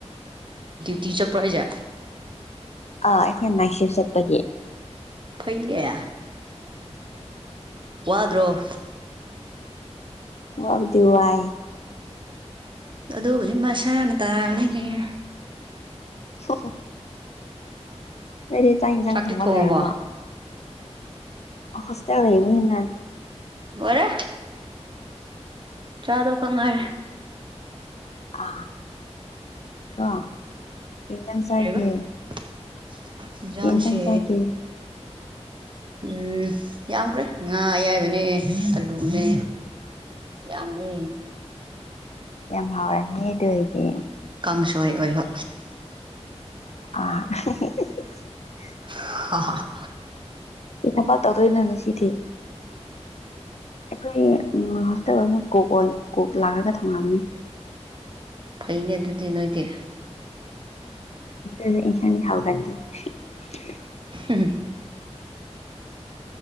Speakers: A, on the right (about 45°); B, on the left (about 70°).
A: ꯇꯤ ꯆꯄꯣ ꯍꯥꯏꯁꯦ
B: ꯑꯥ ꯑꯩꯈꯣꯏ ꯅꯥꯏꯁꯤꯞ ꯆꯠꯄꯒꯤ
A: ꯐꯩꯅꯦ ꯋꯥꯗ꯭ꯔꯣ
B: ꯋꯥꯕꯨꯗꯤ <inaudible>
A: ꯑꯗꯨ ꯍꯧꯗꯤ ꯃꯁꯥꯅ ꯇꯥꯕꯅꯦ ꯀꯩꯅꯣ
B: ꯍꯣ ꯅꯗꯤ ꯆꯥꯛ ꯌꯦꯟꯁꯥꯡ
A: ꯆꯥꯛꯇꯤ
B: ꯊꯣꯡꯕ
A: ꯊꯣꯡꯉꯕꯣ
B: ꯂꯩꯏꯔꯕꯣ ꯍꯁ ꯂꯩꯕꯨꯅ
A: ꯔꯦ ꯆꯥꯗꯕꯈꯛ ꯉꯥꯏꯔꯦ <unintelligible>
B: ꯑ ꯑꯥ ꯄꯖꯟꯁꯥꯏꯒꯤꯦ
A: ꯀꯔꯤꯕ <unintelligible> ꯏꯟꯖꯥꯡꯁꯦ
B: ꯄꯅꯁꯥꯡ ꯆꯈꯤ
A: ꯎꯝ ꯌꯥꯝꯈ꯭ꯔꯦ ꯉꯥ ꯑꯌꯥꯏꯕꯅꯦ ꯑꯜꯂꯨꯅꯦ ꯌꯥꯝꯃꯦ
B: ꯌꯥꯝ ꯍꯔꯅꯤ ꯑꯗꯨ ꯍꯗꯤ
A: ꯄꯪꯁꯥꯏ ꯑꯣꯏꯕ
B: <unintelligible>
A: ꯑ
B: ꯏꯊ ꯄ ꯇꯗ ꯏꯅ ꯆ ꯏꯊꯦ ꯑꯩꯈꯣꯏ ꯍꯣꯁꯇꯦꯜ ꯑꯣꯏꯅ ꯀꯣꯛ ꯀꯣꯛ ꯂꯥꯛꯂꯒ ꯊꯣꯡꯉꯑꯕꯅꯤ
A: ꯐꯩꯅꯦ ꯑꯗꯨꯗꯤ ꯅꯣꯏꯗꯤ
B: ꯎ ꯏꯁ ꯍꯥꯎꯒꯥꯟꯗ <unintelligible>
A: ꯎꯝ